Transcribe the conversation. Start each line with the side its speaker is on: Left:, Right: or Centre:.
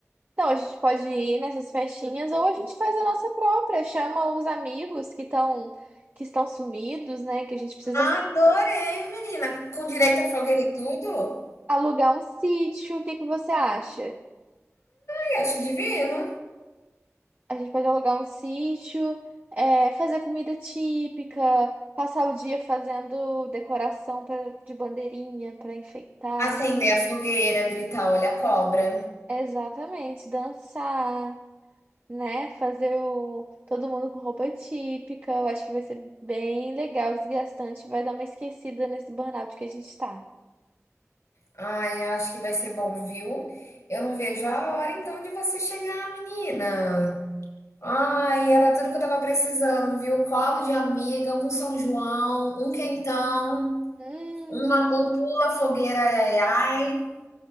Right: Então, a gente pode ir nessas festinhas ou a gente faz a nossa própria. Chama os amigos que estão que estão sumidos, né? Que a gente precisa.
Left: Adorei, menina, com direito a fogueira e tudo.
Right: alugar um sítio, o que que você acha?
Left: Ai, acho divino.
Right: A gente pode alugar um sítio, é, fazer comida típica, passar o dia fazendo decoração pra- de bandeirinha para enfeitar.
Left: Acender a fogueira, gritar, olha a cobra.
Right: Exatamente, dançar, né? Fazer o, todo mundo com roupa típica. Eu acho que vai ser bem legal, desgastante, vai dar uma esquecida nesse burnout que a gente tá.
Left: Ai, acho que vai ser bom, viu? Eu não vejo a hora então de você chegar, menina. Ai, era tudo que eu tava precisando, viu? Colo de amiga, um São João, um quentão.
Right: Hum,
Left: Uma, um pula fogueira, ai, ai, ai.